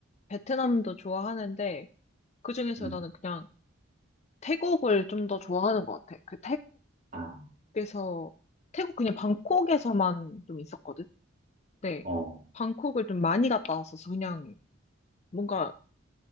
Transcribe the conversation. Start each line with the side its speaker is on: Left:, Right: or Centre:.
Left: 베트남도 좋아하는데, 그중에서
Right: 음.
Left: 나는 그냥 태국을 좀 더 좋아하는 것 같아. 그
Right: 아,
Left: 태국에서, 태국 그냥 방콕에서만 좀 있었거든? 네.
Right: 어.
Left: 방콕을 좀 많이 갔다 왔었어. 그냥 뭔가